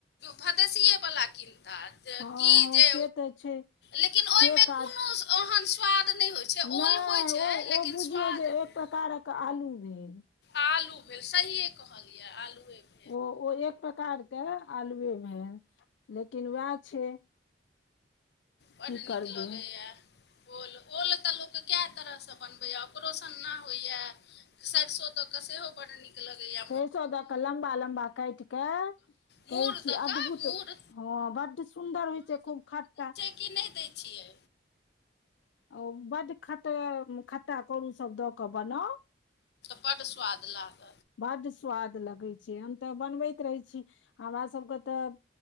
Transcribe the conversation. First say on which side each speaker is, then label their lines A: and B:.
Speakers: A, on the left; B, on the left.
A: भदेशीये वला किनता की
B: हँ हँ
A: जे
B: से तऽ छै
A: लेकिन ओहिमे
B: के काट
A: कोनो ओहन स्वाद नहि होइ छै।
B: नहि
A: ओल होइ छै
B: ओ
A: लेकिन
B: ओ बुझियौ
A: स्वाद
B: जे
A: नहि
B: एक प्रकारक आलू भेल।
A: आलू भेल सहिए कहलियै आलुए भेल।
B: ओ ओ एक प्रकार के आलुए भेल लेकिन वैह छै।
A: बड्ड
B: की
A: नीक
B: करबै
A: लगैया। ओल ओल तऽ लोक कए तरहस बनबैया ओकरो सन्ना होइया। सैड़सों दऽ कऽ सेहो बड्ड नीक लगैया।
B: सरिसों दऽ कऽ लम्बा लम्बा काटि कऽ
A: मूड़
B: कहै छी
A: दऽ
B: अद्भुत
A: कऽ मूड़
B: हँ बड सुन्दर होइ छै खूब खाट्टा
A: की नहि दै छियै।
B: ओ बडड ख खटा करू सब द क बनाउ।
A: बड सुआद लागत।
B: बड्ड स्वाद लगैत छै, हम तऽ बनबैत रहै छी, हमर सभके तऽ